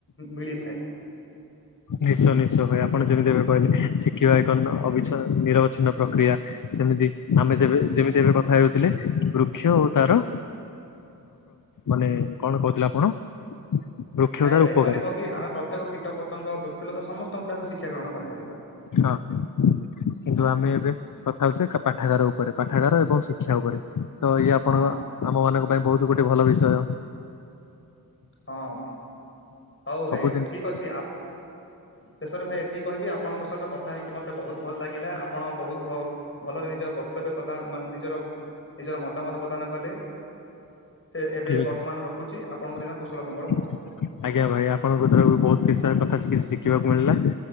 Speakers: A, on the left; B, on the left.
A: ମିଳିଥାଏ।
B: ନିଶ୍ଚୟ, ନିଶ୍ଚୟ ଭାଇ। ଆପଣ ଯେମିତି ଏବେ କହିଲେ। ଶିଖିବା ଏକଚଛ ନିରବଚ୍ଛିନ୍ନ ପ୍ରକ୍ରିୟା। ସେମିତି, ଆମେ
A: ହୁଁ।
B: ଯେବେ ଯେମିତି ଏବେ କଥା ହେଉ ଥିଲେ। ବୃକ୍ଷ ଓ ତାର, ମାନେ କଣ କହୁଥିଲେ ଆପଣ? ବୃକ୍ଷ
A: ନାଇଁ
B: ଓ ତାର
A: ଭାଇ,
B: ଉପକାରିତା
A: ମାନେ କହ କି ଆମେ ପ୍ରତ୍ୟେକ କୀଟ ପତଙ୍ଗ, ବୃକ୍ଷଲତା ସମସ୍ତଙ୍କୁଠୁ, ଆମେ ଶିକ୍ଷା ଗ୍ରହଣ କରିପାରିବା।
B: ହଁ। କିନ୍ତୁ, ଆମେ ଏବେ କଥା ହଉଛେ ପାଠାଗାର ଉପରେ, ପାଠାଗାର ଏବଂ ଶିକ୍ଷା ଉପରେ। ତ ଇଏ ଆପଣଙ୍କ,
A: ହଁ
B: ଆମ ମନଙ୍କ ପାଇଁ ବହୁତ ଗୋଟେ ଭଲ ବିଷୟ।
A: ହଁ ଭାଇ। ହଉ ଭାଇ
B: ସବୁ ଜିନିଷ
A: ଠିକ ଅଛି ଶେଷରେ ଭାଇ ଏତିକି କହିବି। ଆପଣଙ୍କ ସହିତ କଥା ହେଇକି ମତେ ବହୁତ ଭଲ ଲାଗିଲା। ଆପଣ ବହୁତ ଭଲ। ନିଜ ବକ୍ତବ୍ୟ ପ୍ରଦାନାନ ନିଜର ନିଜର ମତାମତ ପ୍ରଦାନ କଲେ। ସେ ଏବେ
B: ଠିକ
A: ବର୍ତ୍ତମାନ
B: ଅଛି
A: ରଖୁଛି, ଆପଣଙ୍କ ଦିନ
B: ଆଜ୍ଞା,
A: କୁଶଳ ମଙ୍ଗଳ ହଉ।
B: ଭାଇ ଆପଣଙ୍କ ର ବହୁତ
A: ହଁ
B: କିଛି ସ କଥା କିଛି ଶିଖିବାକୁ ମିଳିଲା। <inaudible>